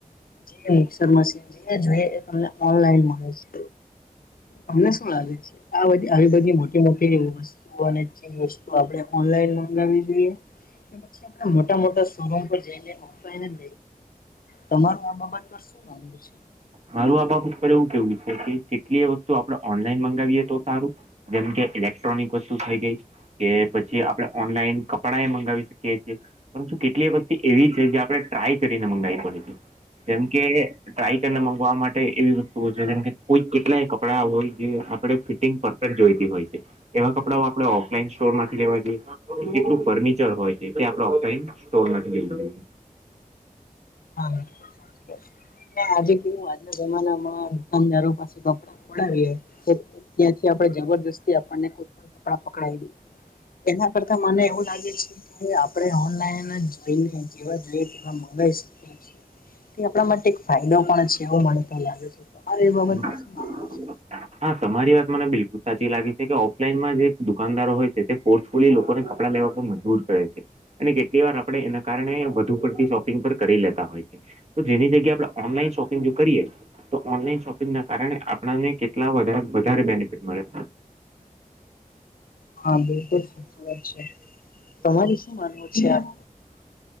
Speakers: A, on the left; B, on the right.
A: જે મિકસર મસીન જે જોઈ એ તમને ઓનલાઈન મળે છે અમને શું લાગે છે આધી આવી બધી મોટી મોટી વસ્તુઓ અને વસ્તુ આપણે ઓનલાઈન મગાવવી જોઈએ પછી આપ મોટા મોટા શોરૂમ પર જઈને ઓફલાઈન તમા આ બાબત પર શું વાંધુ છે
B: મારું આ બાબત પર એવું કેવું છે કે કેટલી વસ્તુ આપડણે ઓનલાઈન મંગાવીએ તો સારું જેમ કે ઇલેક્ટ્રોનિક વસ્તુ થઇ ગઈ કે પછી આપણે ઓનલાઈન કપડા એ મંગાવી શકીએ છીએ પરંતુ કેટલીય વસ્તી એવી છે જે આપણે ટ્રાય કરીને મંગાવી પડે છે જેમકે ટ્રાય કરીને મગવા માટે એવી વસ્તુય છે જેમ કોઈ કેટલાય કપડા હોય જે આપણે ફિટિંગ પરફેક્ટ જોઈતી હોય છે એવા કપડાઓ આપણે ઓફલાઈન સ્ટોર માંથી લેવા જોઈએ કેટલું ફર્નિચર હોય છે તે આપણે ઓફલાઈન સ્ટોર માંથી લે જોઈએ
A: હા સાચ આજે કેું આજના જમાનામાં દુકાનદારો પાસે કપડા ફોડાવીએ તો ત્યાંથી આપણે જબરજસ્તી આપણને કપડા પકડાઈદે એના કરતા મને એવું લાગે છે કે આપણે ઓનલાઈન જેવા જોઈએ તેવા મંગાવી શકી તે આપણા માટે એક ફાયદ પણ છે એવું મનેતા લાગે છે તમારે એ બાબત
B: <unintelligible>
A: પર શું માનવું છે?
B: હા તમારી વાત મને બિલકુલ સાચી લાગે છે કે ઓફલાઈનમાં જે દુકાનદારો હોય છે તે પોર્ લી લોકોને કપડાં લેવા પણ મજબૂર કરે છે અને કેટલી વાર આપડણે એના કારણે વધુ પડતી શોપિંગ પર કરી લેતા હોય છે તો જેની જગ્યાએ આપણે ઓનલાઈન શોપિંગ જો કરીએ તો ઓનલાઈન શોપિંગ ના કારણે આપણને કેટલા વધારે બેનિફિટ મળે
A: હા બિલકુલ સાચી વાત છે તમારે શું માનવું છે આ